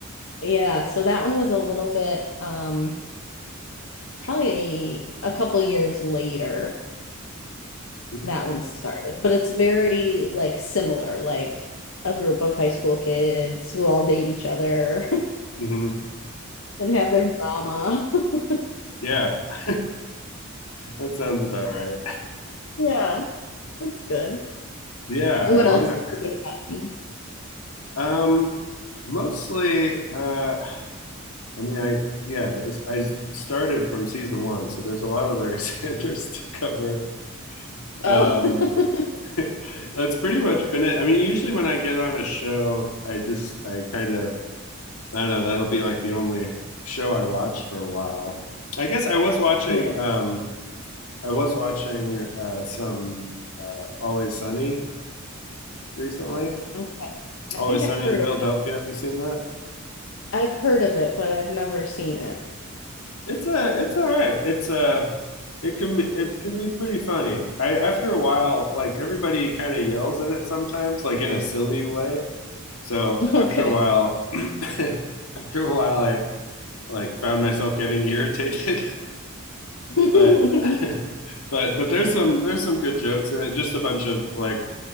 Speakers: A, on the left (about 65°); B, on the left (about 80°).
A: Yeah, so that one was a little bit um probably a couple of years later
B: Okay.
A: that one started, but it's very like similar, like a group of high school kids who all date each other
B: hmm
A: <laughs> and have their drama. <laughs>
B: Yeah. <laughs> That sounds about right.
A: Yeah, that's good.
B: Yeah,
A: What
B: I wonder.
A: else have you been watching?
B: Um, mostly, uh, I mean, I yeah, this, I started from season one, so there's a lot of Larry <laughs> Sanders to cover. Um,
A: Oh, <laughs>
B: <laughs> that's pretty much been it. I mean, usually when I get on a show, I just I kind of I don't know. That'll be like the only show I watch for a while. I guess I was watching.
A: yeah.
B: Um, I was watching uh, some uh, Always Sunny recently.
A: Okay. I
B: Always
A: think I've
B: Sunny
A: heard
B: in Philadelphia.
A: of it.
B: Have you seen that?
A: I've heard of it, but I've never seen it.
B: It's a. It's all right. It's a. It can be. It can be pretty funny. I after a while, like everybody kind of yells in it sometimes, like in a silly way. So
A: <laughs>
B: after
A: Okay.
B: a while, <coughs> <laughs> after a while, I like found myself getting irritated <laughs>
A: <laughs>
B: but <laughs> but but there's some there's some good jokes in it. Just a bunch of like